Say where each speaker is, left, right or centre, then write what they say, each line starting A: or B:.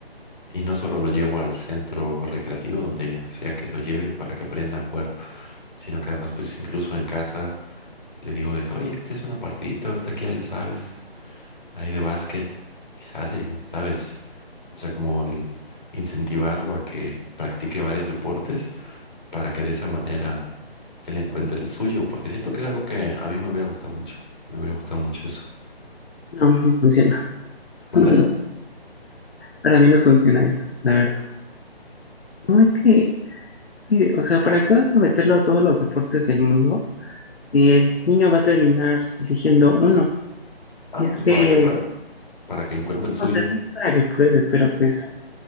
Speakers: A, on the left; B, on the left.
A: y no solo lo llevo al centro recreativo donde sea que lo lleve para que aprenda a jugar, sino que además, pues incluso en casa le digo de que, oye, ¿no quieres una partidita? Ahorita que ya le sabes. ahí de básquet y sale, ¿sabes? O sea, como el incentivarlo a que practique varios deportes para que de esa manera él encuentre el suyo, porque siento que es algo que a mí me hubiera gustado mucho. Me hubiera gustado mucho eso.
B: no, no funciona.
A: ¿Mandé?
B: <laughs>
A: <laughs>
B: Para mí no funciona eso, la verdad. No, es que, es que, o sea, ¿para qué vas a meterlo a todos los deportes del mundo? si el niño va a terminar eligiendo uno.
A: ah,
B: Y es
A: pues
B: que,
A: para que pruebe, para que encuentre el suyo.
B: o sea, sí, para que pruebe, pero pues